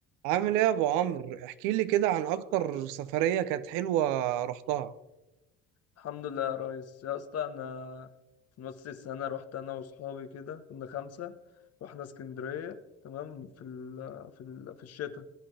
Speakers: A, on the right (about 80°); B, on the left (about 50°).
A: عامل ايه يا ابو عمرو احكي لي كده عن اكتر سفرية كانت حلوة رحتها
B: الحمد لله يا ريس يا اسطى انا في نص السنه رحت انا واصحابي كده كنا خمسه رحنا اسكندريه تمام في ال في ال في الشتاء